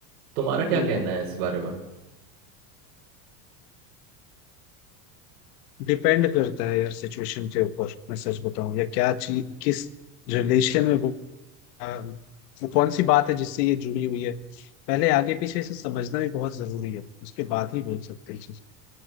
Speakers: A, on the right; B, on the left.
A: तुम्हारा क्या
B: हम्म
A: कहना है इस बारे में
B: डिपेंड करता है यार सिचुएशन के ऊपर मैं सच बताऊं या क्या चीज किस रिलेशन में वो आ, वो कौन सी बात है जिससे ये जुड़ी हुई है पहले आगे पीछे इसे समझना भी बहुत जरूरी है उसके बाद ही बोल सकते हैं